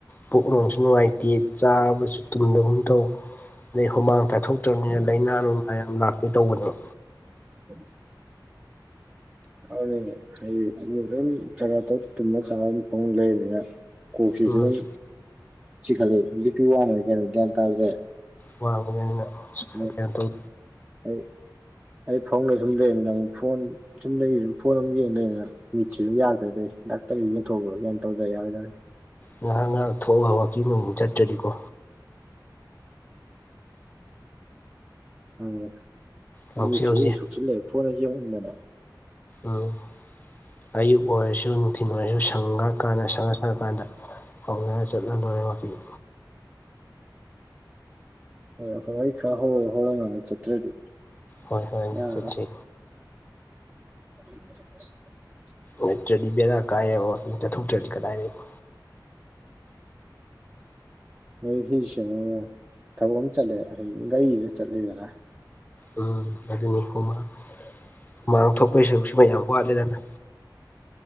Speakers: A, on the left (about 25°); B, on the right (about 20°).
A: ꯄꯨꯛꯅꯨꯡꯁꯨ ꯅꯨꯡꯉꯥꯏꯇꯦ ꯆꯥꯕꯁꯨ ꯇꯨꯝꯗꯥꯒꯨꯝ ꯇꯧ ꯑꯗꯩ ꯍꯨꯃꯥꯡ ꯇꯥꯊꯣꯛ <unintelligible> ꯂꯥꯏꯅꯥ ꯅꯨꯡꯅꯥ ꯌꯥꯝ ꯂꯥꯛꯄꯤ ꯇꯧꯕꯅꯦꯕ
B: <unintelligible> ꯑꯥꯎꯅꯦ ꯍꯥꯏꯗꯤ ꯑꯗꯨꯝ ꯆꯥꯛꯆꯥ ꯇꯣꯛ ꯇꯨꯝꯕ ꯆꯥ ꯐꯥꯃꯨꯡ ꯂꯩꯔꯃꯤꯅ ꯀꯣꯛꯁꯤꯁꯨ
A: ꯎꯝ
B: ꯑꯗꯨꯝ ꯆꯤꯈꯠꯂꯛꯏ ꯕꯤꯄꯤ ꯋꯥꯡꯂꯩꯔꯥ ꯀꯩꯅꯣ ꯒ꯭ꯌꯥꯟ ꯇꯥꯗ꯭ꯔꯦ
A: ꯋꯥ ꯋꯥꯕꯅꯤꯅ ꯁꯨꯃꯥꯏ
B: ꯑꯗꯩ
A: ꯀꯩꯅꯣ ꯇꯧ
B: ꯑꯩ ꯑꯩ ꯐꯥꯃꯨꯡꯗꯥ ꯁꯨꯝ ꯂꯩꯔꯝꯃꯤꯅꯦ ꯐꯣꯟ ꯁꯨꯝ ꯂꯩꯔꯤ ꯐꯣꯟ ꯑꯃ ꯌꯦꯡ ꯂꯩꯅ ꯃꯤꯠꯁꯦ ꯑꯗꯨꯝ ꯌꯥꯗ꯭ꯔꯦꯗꯥ ꯑꯩ ꯗꯥꯛꯇꯔ ꯌꯦꯡꯊꯣꯛꯂꯣꯏꯔ ꯇꯧꯗ ꯌꯥꯔꯣꯏꯗꯧꯔꯤ
A: ꯉꯥꯍꯥꯛ ꯉꯥꯍꯥꯛ ꯊꯣꯛꯂ ꯋꯥꯥꯛꯀꯤꯡ ꯑꯃꯨꯃꯨꯛ ꯆꯠꯇ꯭ꯔꯗꯤꯀꯣ
B: ꯃꯅꯦ
A: ꯍꯧꯖꯤꯛ
B: ꯃꯤꯠꯁꯨ
A: ꯍꯧꯖꯤꯛ
B: ꯂꯣꯏ ꯁꯣꯛꯁꯤꯜꯂꯛꯑꯦ ꯐꯣꯟꯗ ꯌꯦꯡꯃꯟꯗꯅ
A: ꯎꯝ ꯑꯌꯨꯛ ꯑꯣꯏꯔꯁꯨ ꯅꯨꯡꯊꯤꯟꯜ ꯑꯣꯏꯔꯁꯨ ꯁꯪꯉ꯭ꯥꯀꯥꯟꯗ ꯁꯪꯉꯥ ꯁꯉꯥꯀꯥꯟꯗ ꯍꯧꯅꯔꯥ ꯆꯠꯂꯥ ꯂꯣꯏꯔꯦ ꯋꯥꯛꯀꯤꯡ
B: ꯍꯣꯏ ꯑꯁꯣꯝꯗꯩ ꯈꯔ ꯍꯧꯔ ꯍꯧꯔꯒ ꯆꯠꯇ꯭ꯔꯗꯤ
A: ꯍꯣꯏ ꯍꯣꯔꯦꯟ
B: ꯌꯥꯔꯔꯣꯏ
A: ꯆꯠꯁꯤ
B: <unintelligible>
A: ꯅꯠꯇ꯭ꯔꯗꯤ ꯕꯦꯔꯥ ꯀꯥꯏꯌꯦꯕ ꯋꯥꯀꯤꯡ ꯆꯠꯊꯣꯛꯇ꯭ꯔꯗꯤ ꯀꯗꯥꯏꯗꯒꯤ
B: ꯅꯣꯏ ꯍꯤ ꯁꯦꯡꯉꯒꯥ ꯊꯕꯛ ꯑꯃ ꯆꯠꯂꯦ ꯍꯥꯏꯗꯤ ꯒꯥꯔꯤꯗꯥꯥ ꯆꯠꯂꯦꯗꯅ
A: ꯎꯝ ꯑꯗꯨꯅꯤ ꯍꯨꯃꯥꯡ ꯃꯥꯡ ꯊꯣꯛꯄꯒꯤ ꯁꯔꯨꯛꯁꯤꯃꯥ ꯌꯥꯝ ꯋꯥꯠꯂꯦꯗꯅ